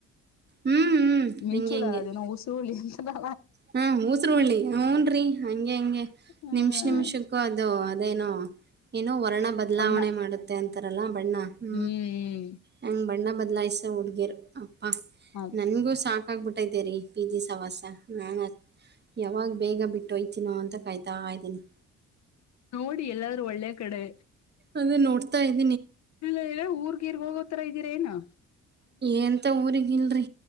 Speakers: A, on the right (about 35°); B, on the left (about 65°).
A: ಹ್ಮ್ ಹ್ಮ್
B: ಮಿಂಚುಳ
A: ಹಂಗೆ ಹಂಗೆ
B: ಅದ ಅದೇನೋ ಉಸರುಳ್ಳಿ <unintelligible>
A: ಹಾ ಊಸರಒಳ್ಳಿ ಹೂನ್ರರಿ ಹಂಗೆ ಹಂಗೆ
B: ಹ್ಮ್
A: ನಿಮಿಷ ನಿಮಿಷಕ್ಕೂ ಅದು ಅದ ಏನೋ ಏನೋ. ವರ್ಣ ಬದಲಾವಣೆ
B: ಬಣ್ಣ
A: ಮಾಡುತ್ತೆ ಅಂತ. ಬರಲ್ಲ. ಬಣ್ಣ ಹೂ
B: ಹ್ಮ್
A: ನಂಗ್ ಬಣ್ಣ. ಬದಲಾಯಿಸೋ ಹುಡ್ಗೀರ್. ಪ್ಪಾ
B: ಹೌದು
A: ನನ್ಗೂ ಸಾಕ. ಸಾಕಾಗ್ಬಿಟ್ಟೈತೆ ರಿ ಪಿ. ಜಿ ಸಾವಾಸ ನಾನು ಯಾವಾಗ್ ಬೇಗ ಬಿಟ್ಟೊಯ್ತೀನೋ ಅಂತ ಕಾಯ್ತಾ ಇದ್ದೀನಿ.
B: ನೋಡಿ ಎಲ್ಲಾದ್ರು ಒಳ್ಳೆ ಕಡೆ
A: ಅದೆ ನೋಡ್ತಾ ಇದ್
B: ಇಲ್ಲ ಏ ಊರ್ಗೀರ್ಗ್ ಹೋಗೋತರ ಇದ್ದೀರೇನು?
A: ಏಂತ ಊರಿಗಿಲ್ರಿ.